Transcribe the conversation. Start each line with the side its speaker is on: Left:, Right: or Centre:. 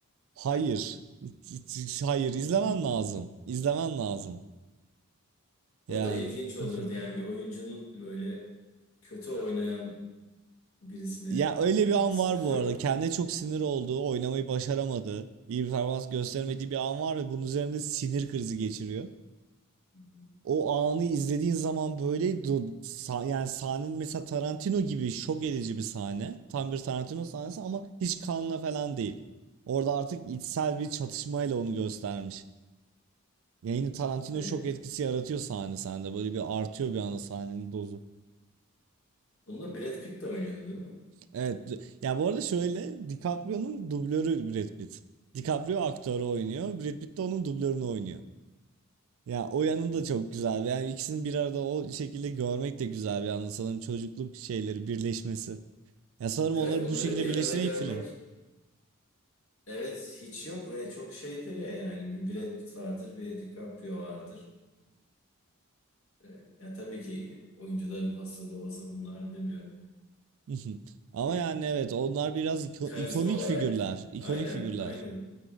Right: Hayır. <laughs> Hayır, izlemen
Left: Hmm.
Right: lazım. İzlemen lazım.
Left: O
Right: Yani.
Left: da ilginç olurdu
Right: <laughs>
Left: yani bir oyuncunun böyle kötü oynayan birisini
Right: Ya öyle
Left: oynaması.
Right: bir an var
Left: <laughs>
Right: bu arada. Kendine çok sinir olduğu, oynamayı başaramadığı, iyi bir performans gösteremediği bir an var ve bunun üzerinde sinir krizi geçiriyor.
Left: Hmm.
Right: O anı izlediğin zaman böyle do- sa- yani sahnenin mesela Tarantino gibi şok edici bir sahne. Tam bir Tarantino sahnesi ama hiç kanla falan değil. Orada artık içsel bir çatışmayla onu göstermiş. Yayını Tarantino
Left: E,
Right: şok etkisi yaratıyor sahne sende. Böyle bir artıyor bir anda sahnenin dozu.
Left: bunda Brad Pitt de oynuyordu değil mi?
Right: Evet. d- Ya bu arada şöyle DiCaprio'nun dublörü Brad Pitt. DiCaprio aktörü oynuyor. Brad Pitt de onun dublörünü oynuyor. Ya o yanı da çok güzel. Yani ikisini bir arada o şekilde görmek de güzel bir anda. Sanırım çocukluk şeyleri birleşmesi. Ya sanırım
Left: Evet
Right: onları
Left: bunları
Right: bu şekilde
Left: bir
Right: birleştiren
Left: arada görmek
Right: ilk film.
Left: evet hiç yok ve çok şeydir ya yani bir Brad Pitt vardır bir DiCaprio vardır. E, ya tabii ki oyuncuların hası babası bunlar demiyorum.
Right: <laughs> Ama
Left: E,
Right: yani evet onlar biraz iko-
Left: karizma
Right: ikonik
Left: olarak
Right: figürler. İkonik
Left: aynen
Right: figürler.
Left: aynen